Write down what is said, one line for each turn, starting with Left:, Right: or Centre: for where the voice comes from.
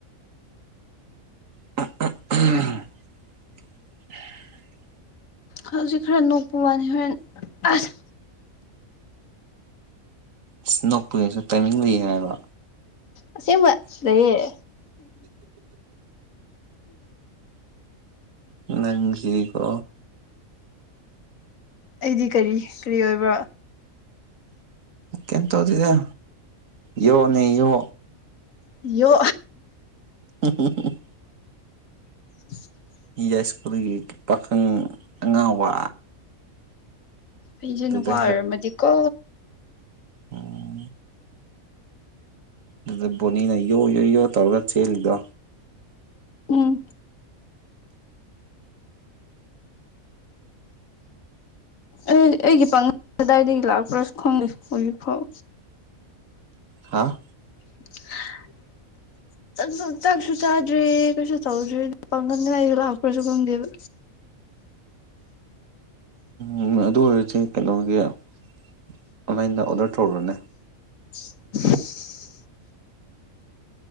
Right: <unintelligible>
Left: ꯍꯧꯖꯤꯛ ꯈꯔ ꯅꯣꯛꯄ ꯋꯥꯅꯤ ꯍꯣꯔꯦꯟ ꯑꯁ
Right: ꯏꯁ ꯅꯣꯛꯄꯒꯤꯁꯨ ꯇꯥꯏꯃꯤꯡ ꯂꯩꯌꯦ ꯍꯥꯏꯕ
Left: ꯑꯁꯦꯡꯕ ꯂꯩꯌꯦ
Right: ꯅꯪꯖꯤꯗꯤ ꯀꯣ
Left: ꯑꯩꯗꯤ ꯀꯔꯤ ꯀ꯭ꯔꯤ ꯑꯣꯏꯕ꯭ꯔꯣ
Right: ꯀꯦꯝ ꯇꯧꯗꯦꯗ ꯌꯣꯅꯦ ꯌꯣ
Left: ꯌꯣ
Right: <unintelligible>
Left: <inaudible>
Right: ꯌꯥꯏꯁ꯭ꯀꯨꯜꯒꯤ ꯄꯥꯈꯪ ꯑꯉꯥꯎꯕ
Left: ꯑꯩꯖꯦ
Right: ꯑꯗꯨꯗ
Left: ꯅꯨꯄꯥ ꯑꯣꯏꯔꯝꯃꯗꯤꯀꯣ
Right: ꯑꯣ ꯑꯗ ꯕꯣꯅꯤꯅ ꯌꯣ ꯌꯣ ꯌꯣ ꯇꯧꯔꯒ ꯆꯦꯜꯂꯤꯗꯣ
Left: ꯎꯝ ꯑꯩ ꯑꯩꯒꯤ ꯄꯥꯉꯜ ꯀꯗꯥꯏꯗꯒꯤ ꯂꯥꯛꯄ꯭ꯔꯁꯨ ꯈꯪꯗꯦ ꯍꯧꯖꯤꯛꯐꯥꯎ
Right: ꯍꯥꯥ
Left: <inaudible> <unintelligible> ꯆꯥꯛꯁꯨ ꯆꯥꯗ꯭ꯔꯤ ꯀꯩꯁꯨ ꯇꯧꯗ꯭ꯔꯤ ꯄꯥꯡꯒꯟ ꯀꯗꯥꯏꯗꯩꯩ ꯂꯥꯛꯄ꯭ꯔꯁꯨ ꯈꯪꯗꯦꯕ
Right: ꯎꯝ ꯑꯗꯨ ꯑꯣꯏꯔꯗꯤ ꯀꯩꯅꯣꯒꯤ ꯑꯣꯟꯂꯥꯏꯟꯗ ꯑꯣꯗꯔ ꯇꯧꯔꯣꯅꯦ
Left: <inaudible>